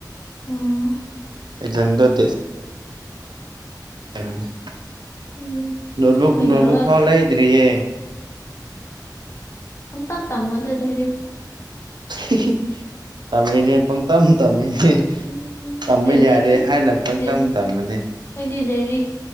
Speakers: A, on the left; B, on the right.
A: ꯎꯥꯝ
B: ꯑꯦꯛꯖꯥꯝꯗꫭ ꯗꯦꯠ inaudible
A: ꯎꯝ
B: ꯅꯣꯠꯕꯨꯛ
A: ꯀꯩꯗꯧꯔꯒ
B: ꯅꯣꯠꯕꯨꯛ ꯐꯥꯎ ꯂꯩꯗ꯭ꯔꯤꯌꯦ
A: ꯁꯝ ꯄꯝꯃꫭ ꯑꯗꯨꯗꯤ ꯑꯔꯤꯛꯄ
B: ꯍꯤ ꯍꯤ ꯇꯃꯤꯅꯦ ꯄꯪ ꯇꯝ ꯇꯃꯤꯅꯦ
A: ꯎꯝ
B: ꯇꯝꯕ
A: ꯂꯥꯏꯔꯤꯛꯀꯤ
B: ꯌꯥꯔꯦ ꯍꯥꯏꯅ ꯄꯪꯇꯝ
A: ꯂꯥꯏꯔꯤꯛ
B: ꯇꯝꯕꯅꯤ
A: ꯑꯩꯈꯣꯏꯗꯤ ꯂꯥꯏꯔꯤꯛ